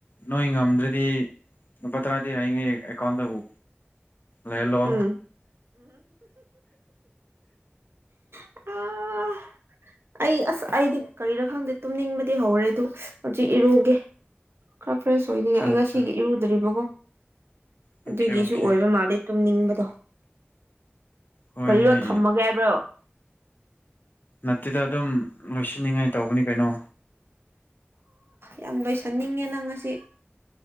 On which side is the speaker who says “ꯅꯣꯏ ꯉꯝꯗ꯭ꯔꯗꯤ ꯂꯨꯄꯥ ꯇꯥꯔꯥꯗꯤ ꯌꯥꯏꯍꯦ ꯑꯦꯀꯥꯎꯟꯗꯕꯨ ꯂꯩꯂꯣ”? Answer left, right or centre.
Left